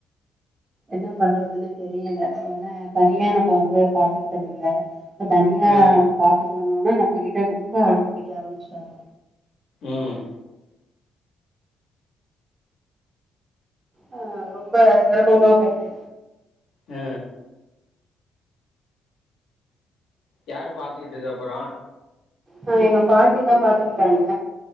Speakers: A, on the right; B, on the left.
A: என்ன பண்றதுன்னு தெரியல ஏன்னா தனியா நம்ம வந்து பாத்துகிட்டது இல்ல தனியா
B: ஆ
A: நம்ம பாத்து ன்னோனு நம்மகிட்ட ரொம்ப அடம் புடிக்க ஆரம்புச்சுட்டாங்க
B: உம்
A: ஆ ரொம்ப செரமமா போயிட்டு
B: ஆ யாரு பாத்துகிட்டது அப்பறோ
A: ஆ எங்க பாட்டிதா பாத்துக்கிட்டாங்க